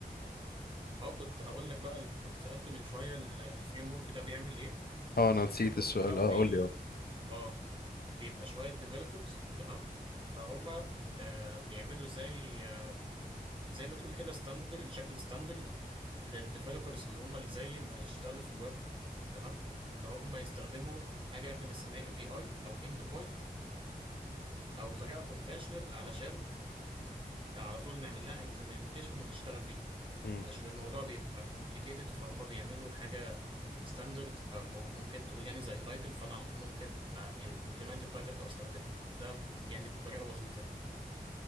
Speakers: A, on the right; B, on the left.
A: اه كنت هقول لك بقى انت كنت سألت من شوية الفريم ورك ده بيعمل ايه
B: اه انا
A: الفريم
B: نسيت
A: ورك
B: السؤال
A: ده بقى
B: اه
A: بي
B: قول لي اه
A: اه بيبقى شوية ديفلوبرز تمام فهم آه بيعملوا زي آه زي ما تقول كده ستاندرد شكل ستاندرد للديفلوبرز اللي هم اللي زي اللي هيشتغلوا في الويب تمام ان هم يستخدموا حاجة احنا بنسميها اي بي اي او اند بوينت او طريقة كونفشنال علشان على طول نعمل لها امبلمنتيشن ونشتغل بيها
B: مم،
A: علشان الموضوع بيبقى complicated فهم بيعملوا حاجة ستاندرد أو ممكن تقول يعني زي تايتل فأنا على طول ممكن آه، implement التايتل أو استخدمه ده يعني بطريقة بسيطة يعني